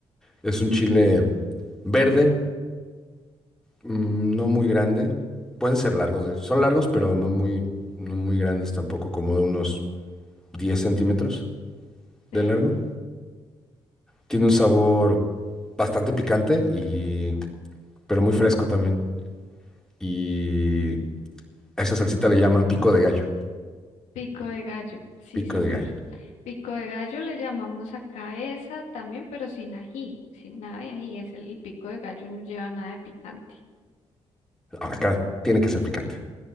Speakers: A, in the centre; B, on the left (about 85°).
A: Es un chile verde mm, no muy grande. Pueden ser largos, de hecho. Son largos, pero no muy, no muy grandes tampoco, como de unos 10 centímetros de
B: ¿sí?
A: largo. Tiene un sabor bastante picante y, pero muy fresco también. Y a esa salsita le llaman pico de gallo.
B: Pico de gallo, sí,
A: Pico
B: señor.
A: de gallo.
B: Pico de gallo le llamamos acá esa también, pero sin ají, sin nada de ají. Es el, el pico de gallo no lleva nada de picante.
A: Acá tiene que ser picante.